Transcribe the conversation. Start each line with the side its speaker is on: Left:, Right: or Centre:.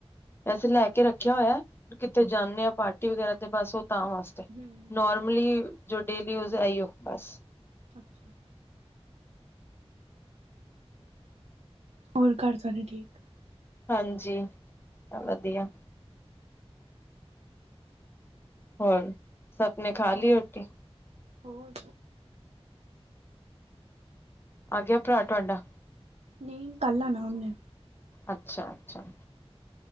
Left: ਵੈਸੇ ਲੈ ਕੇ ਰੱਖਿਆ ਹੋਇਆ ਕਿਤੇ ਜਾਂਦੇ ਆ ਪਾਰਟੀ ਵਗੈਰਾ ਤੇ ਬਸ ਉਹ ਤਾਂ ਵਾਸਤੇ।
Right: ਹਮ
Left: ਨੋਰਮਲੀ ਜੋ ਡੇਲੀ ਜੁਸ ਆਈ ਹੋ ਬਸ।
Right: ਅੱਛਾ। ਹੋਰ ਘਰ ਸਾਰੇ ਠੀਕ।
Left: ਹਾਂਜੀ ਵਧੀਆ। ਹੋਰ ਸਬ ਨੇੇ ਖਾ ਲਈ
Right: ਹੋਰ
Left: ਰੋਟੀ।
Right: ਹੋਰ।
Left: ਆਗਿਆ ਭਰਾ ਤੁਹਾਡਾ।
Right: ਨਹੀਂ ਕੱਲ੍ਹ ਆਉਣਾ ਉਹਨੇ।
Left: ਅੱਛਾ, ਅੱਛਾ।